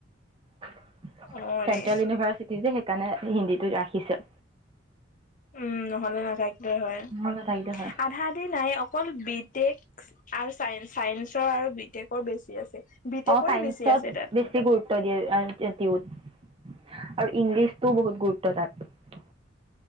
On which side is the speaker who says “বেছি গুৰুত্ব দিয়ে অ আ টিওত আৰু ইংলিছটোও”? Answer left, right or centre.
Right